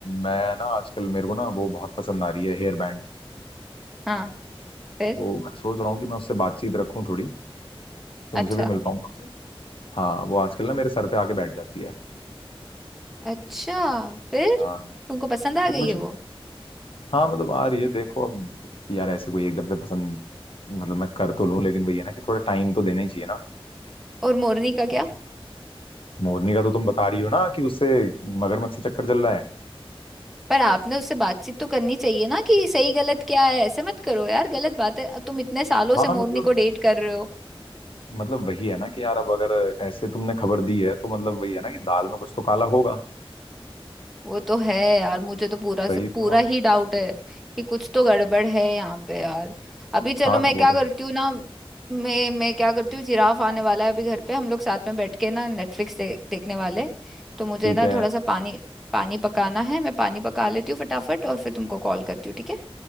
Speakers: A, on the left (about 65°); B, in the centre.
A: मैं ना आजकल मेरे को ना वो बहुत पसंद आ रही है हेयर बैंड
B: हाँ फिर
A: तो मैं सोच रहा हूँ कि मैं उससे बातचीत रखूं थोड़ी तुमसे
B: अच्छा
A: भी मिल पाऊंगा उससे हाँ वो आजकल ना मेरे सर पे आके बैठ जाती है
B: अच्छा फिर
A: हाँ
B: तुमको पसंद आ
A: फिर कुछ
B: गई है वो
A: हाँ मतलब आ रही है देखो अब यार ऐसे कोई एकदम से पसंद मतलब मैं कर तो लूं लेकिन भैया ना कि थोड़ा टाइम तो देना ही चाहिए ना
B: और मोरनी का क्या
A: मोरनी का तो तुम बता रही हो ना कि उससे मगरमच्छ से चक्कर चल रहा है
B: पर आपने उससे बातचीत तो करनी चाहिए ना कि सही गलत क्या है ऐसे मत करो यार गलत बात है अब तुम इतने सालों
A: हाँ
B: से
A: मतलब
B: मोरनी को डेट कर रहे हो
A: मतलब वही है ना कि यार अब अगर ऐसे तुमने खबर दी है तो मतलब वही है ना कि दाल में कुछ तो काला होगा
B: वो तो है यार मुझे तो पूरा
A: वही
B: से पूरा
A: तो
B: ही डाउट है कि कुछ तो गड़बड़ है यहाँ पे यार अभी चलो
A: हाँ
B: मैं
A: तो वो
B: क्या
A: तो
B: करती
A: है ही।
B: हूँ ना मैं मैं क्या करती हूँ जिराफ आने वाला है अभी घर पे हम लोग साथ में बैठ के ना नेटफ्लिक्स दे, देखने वाले तो मुझे
A: ठीक
B: ना
A: है
B: थोड़ा सा पानी पानी पकाना है मैं पानी पका लेती हूँ फटाफट और फिर तुमको कॉल करती हूँ ठीक है